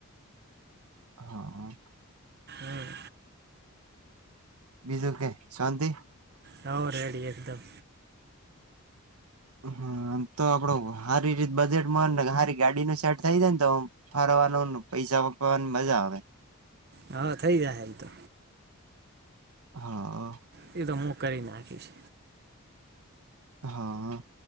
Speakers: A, on the right (about 80°); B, on the right (about 45°).
A: હા
B: હમ
A: બીજુ, કે શાંતિ
B: હ રેડી, એકદમ
A: હમ્મ હા, તો આપડો સારી રીત બજેટમાં સારી ગાડી ન સેટ થઈ. જાય ને તો ફાર પૈસા, વાપરવાની મજા આવે
B: હા, થઈ જાય. એમ તો
A: હા
B: એ તો હુ, કરી નાખીશ
A: હા